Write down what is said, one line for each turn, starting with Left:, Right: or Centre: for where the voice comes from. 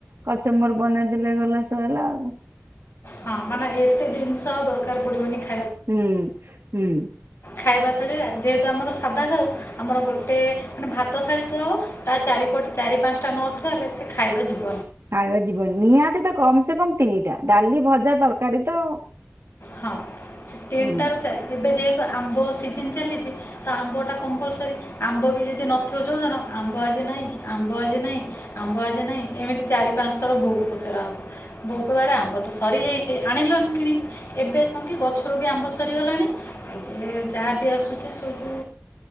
Right: କଚମ୍ବର ବନେଇଦେଲେ ଗଲା ସଇଲା ଆଉ।
Left: ହଁ, ମାନେ ଏତେ ଜିନିଷ ଆଉ ଦରକାର ପଡିବନି ଖା
Right: ହୁଁ ହୁଁ।
Left: ଖାଇବା ଥରେ ଯେହେତୁ ଆମର ସାଧା ଖାଉ ଆମର ଗୋଟେ ମାନେ ଭାତ ଥାଳି ଥୁଆ ହବ ତା ଚାରିପଟେ ଚାରି ପାଞ୍ଚଟା ନଥୁଆ ହେଲେ ସେ ଖାଇବା ଯିବ
Right: ଖାଇବା ଯିବନି ନିହାତି ତ କମ୍ ସେ କମ୍ ତିନିଟା ଡାଲି, ଭଜା, ତରକାରୀ ତ ଆଉ।
Left: ହଁ ତିନିଟାରୁ
Right: ହୁଁ
Left: ଚାର ଏବେ ଯେହେ ତ ଆମ୍ବ ସିଜନ ଚାଲିଛି ତ ଆମ୍ବ ଟା କମ୍ପଲସରୀ ଆମ୍ବ ବି ଯଦି ନଥିବ ଯୋଉ ଦିନ ଆମ୍ବ ଆଜି ନାଇଁ ଆମ୍ବ ଆଜି ନାଇଁ ଆମ୍ବ ଆଜି ନାଇଁ ଏମିତି ଚାରି ପାଞ୍ଚ ଥର ବୋହୂକୁ ପଚରା ହବ ବୋହୂ କହିବ ଆରେ ଆମ୍ବ ତ ସରିଯାଇଛି ଆଣିଲନି କିଣିକି। ଏବେ କ'ଣ କି ଗଛରୁ ବି ଆମ୍ବ ସରିଗଲାଣି ଏବେ ଯାହା ବି ଆସୁଛି ସବୁ